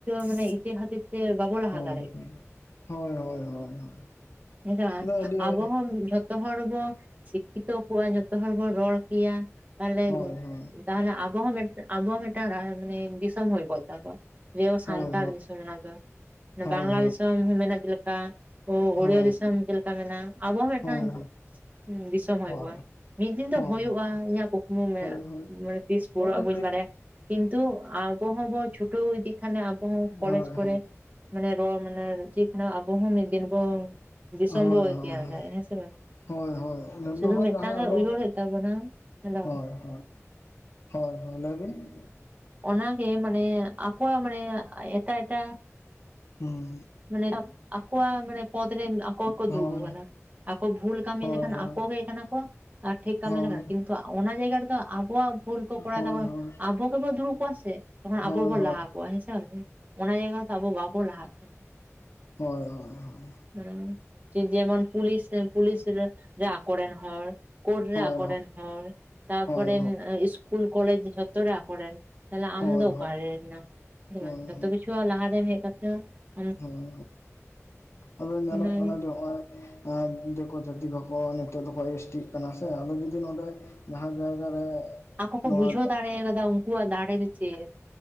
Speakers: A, on the right; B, on the left.
A: ᱢᱟᱱᱮ ᱤᱡᱟᱹ ᱠᱷᱟᱹᱛᱤᱨ ᱛᱮ ᱵᱟᱵᱚ ᱞᱟᱦᱟ
B: ᱦᱳᱭ
A: ᱫᱟᱲᱮᱭᱟᱜ ᱠᱟᱱᱟ᱾
B: ᱦᱳᱭ ᱦᱳᱭ ᱦᱳᱭ ᱟᱫᱚ
A: <unintelligible>
B: ᱟᱹᱰᱤ
A: ᱟᱵᱚ ᱦᱚᱸ ᱡᱷᱚᱛᱚ ᱦᱚᱲ ᱵᱚ ᱥᱤᱠᱷᱟᱹᱣ ᱠᱚᱣᱟ ᱡᱷᱚᱛᱚ ᱦᱚᱲ ᱵᱚᱱ ᱨᱚᱲ ᱠᱮᱭᱟ ᱛᱟᱦᱞᱮ
B: ᱦᱳᱭ ᱦᱳᱭ
A: ᱛᱟᱦᱚᱞᱮ ᱟᱵᱚ ᱦᱚᱸ ᱢᱮᱱ ᱟᱵᱚ ᱦᱚᱸ ᱢᱤᱫᱴᱟᱝ ᱢᱟᱱᱮ ᱫᱤᱥᱚᱢ ᱦᱩᱭ ᱠᱚᱜ ᱛᱟᱵᱚᱣᱟ ᱡᱮ ᱥᱟᱱᱛᱟᱲ
B: ᱦᱳᱭ
A: ᱟᱱᱟ ᱫᱚ,
B: ᱦᱳᱭ
A: ᱵᱟᱝᱞᱟ
B: ᱦᱳᱭ
A: ᱫᱤᱥᱚᱢ ᱦᱚᱸ ᱢᱮᱱᱟᱜᱼᱟ ᱪᱮᱫ ᱞᱮᱠᱟ᱾ ᱚ
B: ᱦᱳᱭ
A: ᱚᱲᱤᱭᱟ ᱫᱤᱥᱚᱢ
B: ᱦᱳᱭ
A: ᱪᱮᱫ ᱞᱮᱠᱟ ᱢᱮᱱᱟᱜᱼᱟ, ᱟᱵᱚᱣᱟᱜ
B: ᱦᱳᱭ
A: ᱦᱚᱸ ᱢᱤᱫᱴᱟᱝ ᱫᱤᱥᱚᱢ ᱦᱩᱭ
B: ᱦᱳᱭ ᱦᱳᱭ
A: ᱠᱚᱜᱼᱟ᱾ ᱢᱤᱫ ᱫᱤᱱ
B: ᱦᱳᱭ
A: ᱫᱚ
B: ᱦᱳᱭ
A: ᱦᱩᱭᱩᱜᱼᱟ, ᱤᱧᱟᱹᱜ ᱠᱩᱠᱢᱩ ᱢᱮ
B: ᱦᱳᱭ ᱦᱳᱭᱳᱜ
A: ᱢᱟᱱᱮ ᱛᱤᱥ ᱯᱩᱨᱟᱹᱜᱼᱟ
B: ᱦᱳᱭ
A: ᱵᱟᱹᱧ ᱵᱟᱲᱟᱭᱟ᱾ ᱠᱤᱱᱛᱩ ᱟᱵᱚ ᱦᱚᱸᱵᱚᱱ ᱪᱷᱩᱴᱟᱹᱣ ᱤᱫᱤ ᱠᱷᱟᱱᱮ, ᱟᱵᱚ ᱦᱚᱸ ᱠᱚᱞᱮᱡᱽ
B: ᱦᱳᱭ ᱦᱳᱭ
A: ᱠᱚᱨᱮ ᱢᱟᱱᱮ ᱨᱚᱲ ᱢᱟᱱᱮ <unintelligible> ᱟᱵᱚ ᱦᱚᱸ ᱢᱤᱫ ᱫᱤᱱ ᱵᱚᱱ ᱫᱤᱥᱚᱢ
B: ᱦᱳᱭ
A: ᱵᱚᱱ
B: ᱦᱳᱭ
A: ᱛᱮᱭᱟᱨ ᱫᱟᱲᱮᱭᱟᱜᱼᱟ, ᱦᱮᱸ ᱥᱮ ᱵᱟᱝ?
B: ᱦᱳᱭ ᱦᱳᱭ ᱡᱚᱛᱚᱠᱷᱚᱱ
A: ᱥᱩᱫᱩ ᱢᱤᱫ ᱢᱤᱫᱴᱟᱝ
B: ᱡᱟᱦᱟᱸ
A: ᱜᱮ
B: ᱟᱵᱚ
A: ᱩᱭᱦᱳᱨ ᱦᱩᱭᱩᱜ ᱛᱟᱵᱚᱱᱟ, ᱦᱮᱞᱳ᱾
B: ᱦᱳᱭ ᱦᱳᱭ ᱦᱳᱭ ᱦᱳᱭ ᱞᱟᱹᱭ ᱵᱤᱱ
A: ᱚᱱᱟᱜᱮ ᱢᱟᱱᱮ, ᱟᱠᱚᱣᱟᱜ ᱢᱟᱱᱮ ᱮᱴᱟᱜ ᱮᱴᱟᱜ
B: ᱦᱩᱸ
A: ᱢᱟᱱᱮ ᱟᱠᱚᱣᱟᱜ ᱢᱟᱱᱮ ᱯᱚᱫ ᱨᱮᱱ ᱟᱠᱚ ᱜᱮᱠᱚ
B: ᱦᱳᱭ
A: ᱫᱩᱲᱩᱵ ᱠᱟᱱᱟ᱾ ᱟᱠᱚ ᱵᱷᱩᱞ ᱠᱟᱹᱢᱤ
B: ᱦᱳᱭ
A: ᱞᱮᱠᱷᱟᱱ
B: ᱦᱳᱭ
A: ᱟᱠᱚ ᱜᱮ ᱠᱟᱱᱟ ᱠᱚ ᱟᱨ ᱴᱷᱤᱠ ᱠᱟᱢᱤ
B: ᱦᱳᱭ
A: ᱞᱮᱠᱷᱟᱱ, ᱠᱤᱱᱛᱩ ᱚᱱᱟ ᱡᱟᱭᱜᱟ ᱨᱮᱫᱚ ᱟᱵᱚᱣᱟᱜ ᱵᱷᱩᱞ ᱠᱚ ᱠᱚᱨᱟᱣ
B: ᱦᱳᱭ ᱦᱳᱭ
A: ᱫᱟ ᱛᱚᱠᱷᱚᱱ
B: ᱦᱳᱭ
A: ᱟᱵᱚ ᱜᱮᱵᱚ ᱫᱩᱲᱩᱵ ᱠᱚᱜ-ᱟ ᱥᱮ, ᱛᱚᱠᱷᱚᱱ
B: ᱦᱳᱭ
A: ᱟᱵᱚ ᱜᱮᱵᱚ
B: ᱦᱳᱭ
A: ᱞᱟᱦᱟ ᱠᱚᱜ-ᱟ, ᱦᱮᱸᱥᱮ ᱵᱟᱝᱥᱮ᱾ ᱚᱱᱟ ᱡᱟᱭᱜᱟ ᱨᱮ ᱫᱚ ᱟᱵᱚ ᱵᱟᱵᱚᱱ ᱞᱟᱦᱟᱜ ᱠᱟᱱᱟ᱾
B: ᱦᱳᱭ ᱦᱳᱭ ᱦᱳᱭ ᱾
A: <unintelligible> ᱡᱮᱢᱚᱱ ᱯᱩᱞᱤᱥ ᱯᱩᱞᱤᱥ ᱨᱮ ᱟᱠᱚ ᱨᱮᱱ ᱦᱚᱲ᱾ ᱠᱳᱨᱰ ᱨᱮ
B: ᱦᱳᱭ
A: ᱟᱠᱚ
B: ᱦᱳᱭ
A: ᱨᱮᱱ ᱦᱚᱲ᱾ ᱛᱟᱨᱯᱚᱨᱮ
B: ᱦᱳᱭ
A: ᱤᱥᱠᱩᱞ ᱠᱚᱞᱮᱡᱽ ᱡᱷᱚᱛ ᱛᱚᱨᱮ ᱟᱠᱚᱨᱮᱱ ᱛᱟᱦᱞᱮ ᱟᱢᱫᱚ
B: ᱦᱳᱭ
A: ᱚᱠᱟᱨᱮ ᱱᱟᱢ᱾ ᱦᱮᱸ
B: ᱦᱳᱭ
A: ᱵᱟᱝ ᱡᱚᱛᱚ ᱠᱤᱪᱷᱩ ᱞᱟᱦᱟᱨᱮ ᱦᱮᱡ ᱠᱟᱛᱮ ᱦᱚ ᱸ
B: ᱦᱮᱸ, ᱟᱫᱚ ᱧᱮᱞᱚᱜ
A: ᱚᱱᱟ
B: ᱠᱟᱱᱟ ᱡᱮ ᱦᱚᱜᱼᱚᱭ ᱫᱮᱠᱳ ᱡᱟᱹᱛᱤ ᱠᱚᱠᱚ ᱱᱤᱛᱳᱜ ᱫᱚᱠᱚ ᱮᱥ ᱴᱤᱜ ᱠᱟᱱᱟ ᱥᱮ, ᱟᱫᱚ ᱡᱩᱫᱤ ᱱᱚᱸᱰᱮ ᱡᱟᱦᱟᱸ ᱡᱟᱭᱜᱟ ᱨᱮ
A: ᱟᱠᱚ ᱠᱚ
B: ᱱᱚᱣᱟ
A: ᱵᱩᱡᱷᱟᱹᱣ ᱫᱟᱲᱮ ᱠᱟᱫᱟ ᱩᱱᱠᱩᱣᱟᱜ ᱫᱟᱲᱮ ᱨᱮ ᱪᱮᱫ᱾